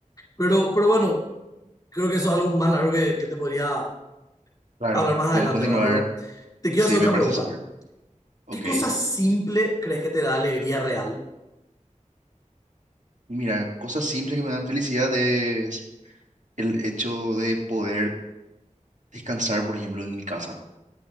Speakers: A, on the left (about 30°); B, on the right (about 70°).
A: Pero, pero bueno, creo que eso es algo más largo que, que te podría
B: Claro,
A: hablar más adelante,
B: podemos continuar.
A: ¿verdad? Pero te quiero
B: Sí,
A: hacer otra
B: me parece
A: pregunta.
B: súper. Ok.
A: ¿Qué cosa
B: Y
A: simple crees que te da alegría real?
B: Mira, cosas simples que me dan felicidad es el hecho de poder descansar, por ejemplo, en mi casa.